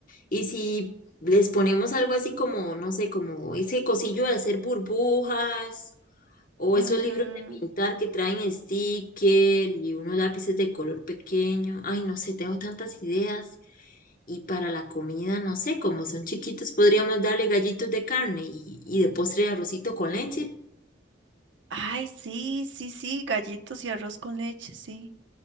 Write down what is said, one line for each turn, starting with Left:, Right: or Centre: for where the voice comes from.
Left: Y si les ponemos algo así como, no sé, como ese cosillo de hacer burbujas o
Right: Ujú.
Left: esos libros de pintar que traen sticker y unos lápices de color pequeño. Ay, no sé, tengo tantas ideas. Y para la comida, no sé, como son chiquitos, podríamos darle gallitos de carne y, y de postre arrocito con leche.
Right: Ay, sí, sí, sí, gallitos y arroz con leche, sí.